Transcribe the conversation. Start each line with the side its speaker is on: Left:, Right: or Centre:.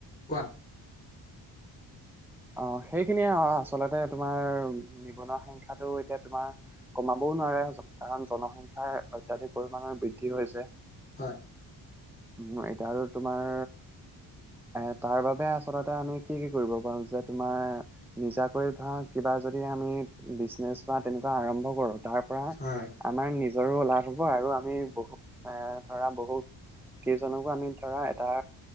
Left: কোৱা
Centre: অ অ সেইখিনিয়ে আচলতে তোমাৰ নিবনুৱা সংখ্যাটো এতিয়া তোমাৰ কমাবও নোৱাৰে কাৰণ জনসংখ্যাৰ অত্যাধিক পৰিমমানৰ বৃদ্ধি হৈছে
Left: হয়
Centre: উ এতিয়া আৰু তোমাৰ এ তাৰ বাবে আচলতে আমি কি কি কৰিব পাৰো যে তোমাৰ নিজাকৈ ধৰা কিবা যদি আমি বিজনেছ বা তেনেকুৱা আৰম্ভ কৰো তাৰ পৰা
Left: হয়
Centre: আমাৰ নিজ জৰো লাভ হ'ব আৰু আমি বহু এ ধৰা বহুত কেইজনকো আমি ধৰা এটা